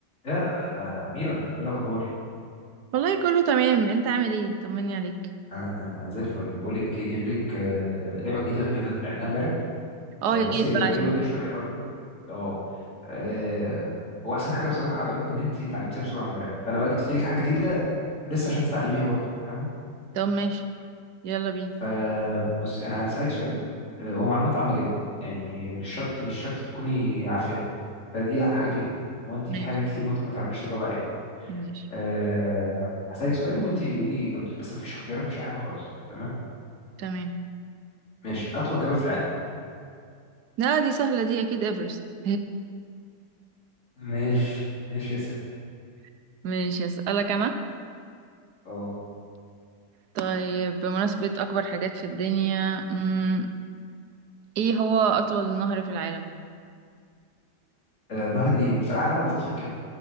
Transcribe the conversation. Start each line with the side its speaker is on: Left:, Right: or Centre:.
Left: يا ميرا ايه الاخبار
Right: والله كله تمام انت عامل ايه طمني عليك
Left: انا زي الفل بقول لك ايه جايب لك آه، لعبه جديده غير اللي لعبناها امبارح
Right: اه
Left: آه،
Right: يا
Left: بصي
Right: ريت
Left: قريبه
Right: بقى عشان
Left: كده شويه برضه اه آه، هو احسن حاجه بصراحه عجبتني ان انت اتعلمتيها بسرعه امبارح فانا بقى جبت لك حاجه جديده لسه عشان تتعلميها برضه فاهمه
Right: طب ماشي يلا بينا
Left: فبصي انا هسالك سؤال آه، هو معلومات عامه جدا يعني مش شرط مش شرط تكوني عارفاه فدي احلى حاجه فيها ان هو انت
Right: ماشي
Left: في حاجه كتير ممكن ما تعرفيش تجاوب عليها
Right: ماشي
Left: أه هسألك سؤال وانت قولي لي اجابته بس مفيش اختيارات مفيش أي حاجه خالص تمام؟
Right: تمام
Left: ماشي أطول جبل في العالم
Right: لا دي سهلة دي اكيد ايفرست
Left: ماشي ماشي يا سيدي
Right: <laughs> ماشي اسألك انا
Left: أه
Right: طيب بمناسبة اكبر حاجات في الدنيا مم. ايه هو اطول نهر في العالم
Left: آه، نهر النيل في العالم ولا في أفريقيا؟